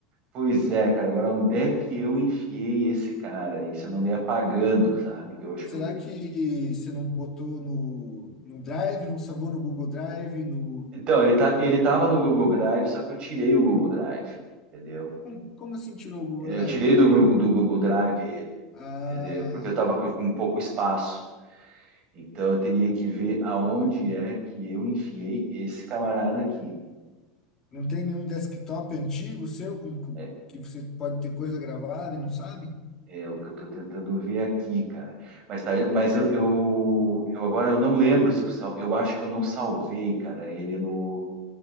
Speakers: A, on the right; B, on the left.
A: Pois é, cara. Agora, onde é que eu enfiei esse cara? Isso eu não dei apagando, sabe? Que eu acho
B: Será
A: que eu.
B: que você não botou no, no Drive, não salvou no Google Drive, no...
A: Então, ele tá, ele tava no Google Drive, só que eu tirei o Google Drive, entendeu?
B: Como, como assim tirou o Google
A: Eu
B: Drive,
A: tirei
B: cara?
A: do, Gru- do Google Drive ele,
B: Ah,
A: entendeu? Porque eu tava com, com pouco espaço. Então, eu teria que ver aonde é que eu enfiei esse camarada aqui.
B: não tem nenhum desktop antigo seu com, com-
A: É,
B: que você pode ter coisa gravada e não sabe?
A: É o que eu estou tentando ver aqui, cara. Mas tá, mas eu, eu, eu agora eu não lembro se eu sal, eu acho que eu não salvei, cara, ele no,